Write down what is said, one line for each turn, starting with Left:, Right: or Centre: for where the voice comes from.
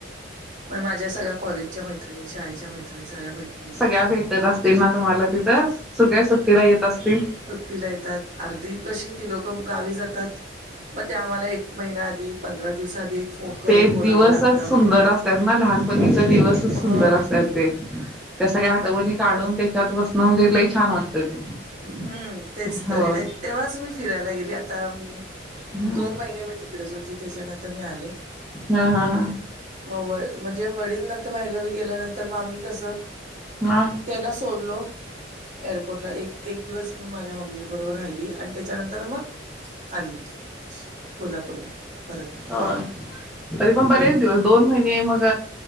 Right: पण माझ्या सगळ्या कॉलेजच्या मैतिणी शाळेच्या मैतिणी सगळ्या भेट
Centre: सगळ्या भेटत असतील ना तुम्हाला तिथं सुगळ्या सुट्टीला येत असतील.
Right: तीला येतात अर्धी कशी ती लोक गावी जातात मग ते आम्हाला एक महिना आधी पंधरा दिवसा आधी एक फोन करून
Centre: ते
Right: बोलावं
Centre: दिवसच
Right: लागतं
Centre: सुंदर असतात ना लहानपणीचा दिवसच सुंदर
Right: हो
Centre: असतात. ते त्या सगळ्या आठवणी
Right: म
Centre: काढून त्याच्यात बसणं म्हणजे लई छान वाटतं ते.
Right: हम्म तेच
Centre: हो
Right: तर ते तेव्हाच मी फिरायला गेली आता मी
Centre: हम्म
Right: दोन महिने मी तिकडेच होती त्याच्यानंतर मी आले.
Centre: हा हा हा.
Right: मग व म्हणजे वडील नंतर बाहेरगावी गेल्यानंतर मग आम्ही कसं
Centre: हा.
Right: त्यांना सोडलो एअरपोर्टला एक एक दिवस मी माझ्या मम्मी मी बरोबर राहिली आणि त्याच्यानंतर मग आली कोल्हापूरला परत.
Centre: होय तरी पण बरेच दिवस दोन महिने मग